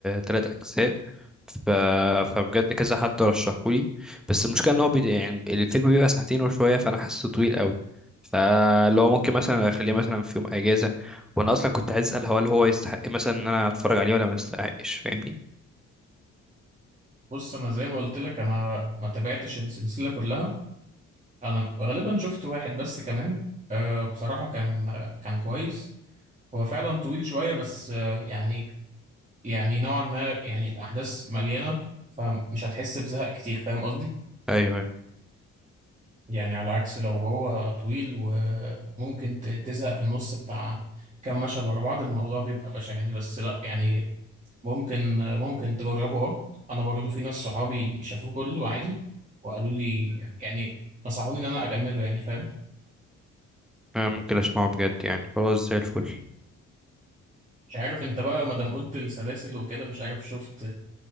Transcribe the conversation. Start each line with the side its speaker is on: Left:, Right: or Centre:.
Centre: تلات اجزاء ف... فبجد كذا حد رشحهولي بس المشكله ان هو بي... يعني الفيلم بيبقى ساعتين وشويه فانا حاسه طويل قوي فلو ممكن مثلا اخليه مثلا في يوم اجازه وانا اصلا كنت عايز اسال هو هل هو يستحق مثلا ان انا اتفرج عليه ولا ما يستحقش فاهمني
Right: بص انا زي ما قلت لك انا ما تابعتش السلسله كلها انا غالبا شفت واحد بس كمان آه بصراحه كان كان كويس هو فعلا طويل شويه بس آه يعني يعني نوعا ما يعني الاحداث مليانه فمش هتحس بزهق كتير فاهم قصدي
Centre: ايوه ايوه
Right: يعني على عكس لو هو طويل وممكن ت- تزهق في النص بتاع كام مشهد ورا بعض الموضوع بيبقى بشع يعني بس لا يعني ممكن ممكن تجربه اه انا برضو في ناس صحابي شافوه كله عادي وقالوا لي يعني نصحوني ان انا اكمله يعني فاهم
Centre: أنا ممكن اسمعه بجد يعني خلاص زي الفل
Right: مش عارف انت بقى ما دام قلت السلاسل وكده مش عارف شفت